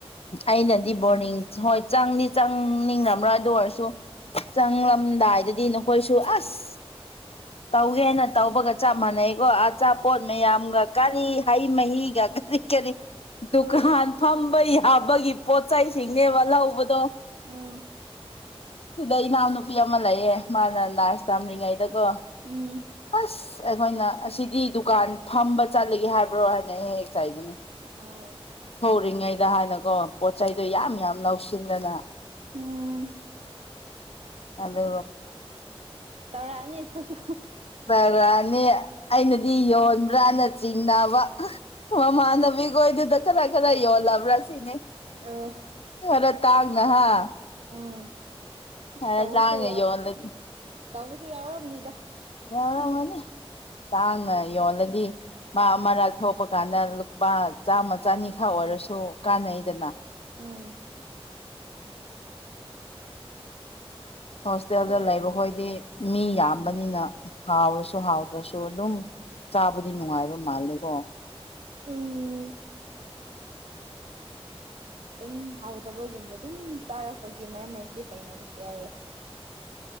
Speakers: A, on the left; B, on the right.
A: ꯑꯩꯅꯗꯤ ꯕꯣꯔꯗꯤꯡ ꯍꯣꯏ ꯆꯪꯗꯤ ꯆꯪꯅꯤꯡꯕ꯭ꯔꯥ ꯑꯗꯨ ꯑꯣꯏꯔꯁꯨ ꯆꯪꯂꯝꯗꯥꯏꯗꯗꯤ ꯅꯈꯣꯏꯁꯨ ꯑꯁ ꯇꯧꯒꯦꯅ ꯇꯧꯕꯒ ꯆꯞ ꯃꯥꯟꯅꯩꯀꯣ ꯑꯥ ꯆꯞ ꯑꯀꯣ ꯃꯌꯥꯝꯒ ꯀꯔꯤ ꯍꯩ ꯃꯍꯤꯒ ꯀꯔꯤ ꯀꯔꯤ
B: ꯍꯣꯏ
A: ꯗꯨꯀꯥꯟ ꯐꯝꯕ ꯌꯥꯕꯒꯤ ꯄꯣꯠꯆꯁꯤꯡꯅꯦꯕ ꯂꯧꯕꯗꯣ
B: ꯎꯝ
A: ꯁꯤꯗ ꯏꯅꯥꯎꯅꯨꯄꯤ ꯑꯃ ꯂꯩꯌꯦ ꯃꯥꯅ ꯂꯥꯥꯁ ꯇꯝꯔꯤꯉꯩꯗꯀꯣ
B: ꯎꯝ
A: ꯑꯁ ꯑꯩꯈꯣꯏꯅ ꯑꯁꯤꯗꯤ ꯗꯨꯀꯥꯟ ꯐꯝꯕ ꯆꯠꯂꯒꯦ ꯍꯥꯏꯕ꯭ꯔꯣ ꯍꯥꯏꯅ ꯑꯩꯦꯛ ꯍꯦꯛ ꯆꯥꯏꯕꯅꯤ
B: ꯑ
A: ꯊꯔꯤꯉꯩꯗ ꯍꯥꯏꯅꯀꯣ ꯄꯣꯠ ꯆꯩꯗꯣ ꯌꯥꯝ ꯌꯥꯝ ꯂꯧꯁꯤꯟꯗꯅ
B: ꯍꯣꯡ
A: ꯑꯗꯥ
B: ꯇꯧꯔꯛꯑꯅꯤ ꯑꯩꯈꯣꯏꯁꯨ
A: ꯄꯔꯅꯤ ꯑꯩꯅꯗꯤ ꯌꯣꯟꯕ꯭ꯔꯅ ꯆꯤꯡꯅꯕ ꯃꯃꯥꯟꯅꯕꯤꯈꯣꯏꯗꯨꯗ ꯈꯔ ꯈꯔ ꯌꯣꯜꯂꯕ꯭ꯔꯥ ꯁꯤꯅꯦ
B: ꯑ
A: ꯍꯔ ꯇꯥꯒꯅ ꯍꯥ
B: ꯎꯝ ꯑꯁ
A: ꯈꯔ
B: ꯇꯧꯕꯁꯨ
A: ꯇꯥꯡꯅ
B: ꯌꯥ
A: ꯌꯣꯜꯂꯗꯤ
B: ꯇꯧꯕꯁꯨ ꯌꯥꯎꯔꯕꯅꯤꯗ
A: ꯌꯥꯔꯃꯅꯤ ꯇꯥꯡꯅ ꯌꯣꯜꯂꯗꯤ ꯃꯥ ꯑꯃ ꯂꯊꯣꯛꯄ ꯀꯥꯟꯗ ꯂꯨꯄꯥ ꯆꯥꯝꯃ ꯆꯅꯤꯈꯥ ꯑꯣꯏꯔꯁꯨ ꯀꯥꯟꯅꯩꯗꯅ
B: ꯎꯝ
A: ꯍꯣꯁꯇꯦꯜꯗ
B: ꯍꯣꯏ ꯍꯣꯏ
A: ꯂꯩꯕꯈꯣꯏꯗꯤ ꯃꯤ ꯌꯥꯝꯕꯅꯤꯅ ꯍꯥꯎꯔꯁꯨ ꯍꯥꯎꯗ꯭ꯔꯁꯨ ꯑꯗꯨꯝ ꯆꯥꯕꯗꯤ ꯅꯨꯡꯉꯥꯏꯕ ꯃꯥꯜꯂꯦꯀꯣ
B: ꯎꯝ ꯑꯗꯨꯝ ꯍꯥꯎꯊꯕꯒꯨꯝꯕ ꯑꯗꯨꯝ ꯆꯥꯔꯛꯄꯒꯤ ꯃꯔꯝ ꯃꯔꯛꯇꯗꯤ ꯍꯩꯅꯕꯁꯨ ꯌꯥꯎꯋꯦ